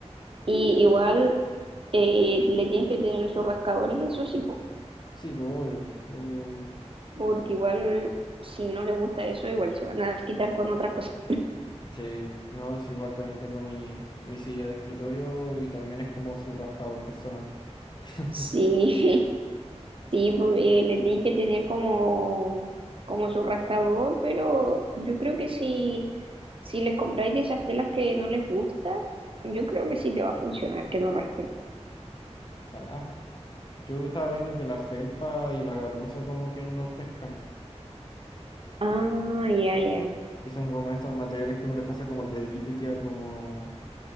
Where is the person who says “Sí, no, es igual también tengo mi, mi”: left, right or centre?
Left